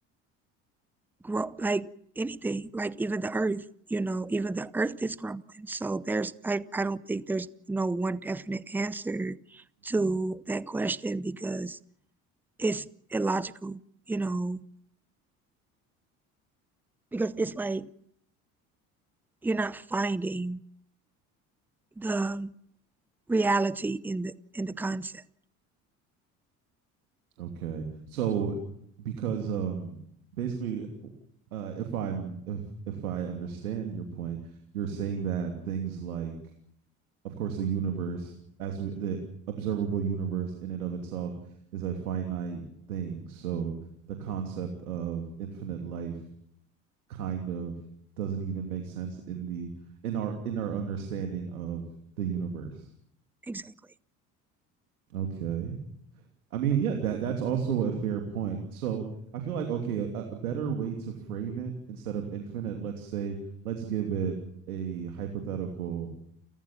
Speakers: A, in the centre; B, on the right (about 85°).
A: grow like anything, like even the earth, you know, even the earth is crumbling. So there's I, I don't think there's no one definite answer to
B: Mhm.
A: that question because it's illogical, you know, because
B: Mhm.
A: it's like you're not finding the reality in the in the concept.
B: Okay. So because um basically uh if I'm if if I understand your point, you're saying that things like of course the universe as we, the observable universe in and of itself is a finite thing so the concept of infinite life kind of doesn't even make sense in the in our in our understanding of the universe
A: Exactly.
B: okay i mean yeah that that's also a fair point so i feel like okay a, a better way to frame it instead of infinite let's say let's give it a hypothetical